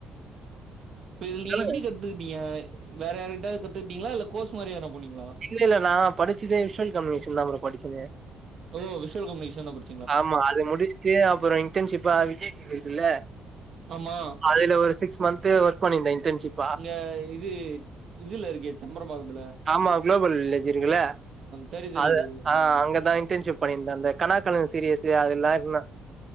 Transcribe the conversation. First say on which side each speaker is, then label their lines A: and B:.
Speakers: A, on the right; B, on the right.
A: இப்ப இது நீங்க
B: சொல்லுங்க
A: எப்டி கத்துக்ட்டீங்க வேற யாரகிட்டாது கத்துகிட்டீங்ளா இல்ல கோர்ஸ் மாரி எதுனா போனீங்ளா
B: இல்ல இல்ல நா படிச்சதே விஷுவல் கம்யூனேஷன் தா ப்ரோ படிச்சதே
A: ஓ விஷுல் கம்யூனிகேஷன் தா படி
B: ஆமா அது முடிச்ட்டு அப்பறோ இன்டர்ன்ஷிப்பா விஜய் டீ வி இருக்குல்ல
A: ஆமா
B: அது ல ஒரு சிக்ஸ் மந்த்து ஒர்க் பண்ணிருந்தே இன்டர்ன்ஷிப்
A: இங்க இது இதுல இருக்கே செம்பரபாகத்துல
B: ஆமா குளோபல் வில்லேஜ் இருக்குல
A: தெரியும் தெரியும்
B: அது
A: தெரியும்.
B: ஆ
A: ம்.
B: அங்கதா இன்டர்ன்ஷிப் பண்ணிருந்த அந்த கனா காணுங்க சீரியஸ்ஸு அதுல்லா இருந்த